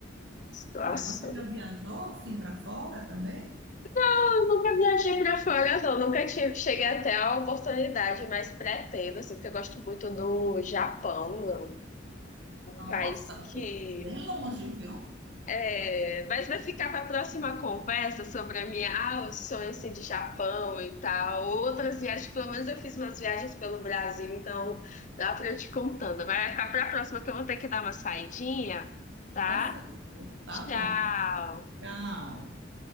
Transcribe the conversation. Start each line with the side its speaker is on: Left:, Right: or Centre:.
Left: Nossa.
Right: Mas você já viajou assim para fora também?
Left: Eu nunca viajei para fora, não. Nunca tive, cheguei até a oportunidade, mas pretendo, assim, porque eu gosto muito do Japão, é um
Right: Nossa,
Left: país que.
Right: bem longe, viu?
Left: é, mas vai ficar para a próxima conversa sobre a minha, ah, os sonhos assim, de Japão e tal. Outras viagens, pelo menos eu fiz umas viagens pelo Brasil, então dá para eu te contando. Vai ficar para a próxima, que eu vou ter que dar uma saidinha, tá?
Right: Tá certo. Tá
Left: Tchau.
Right: bom. Tchau.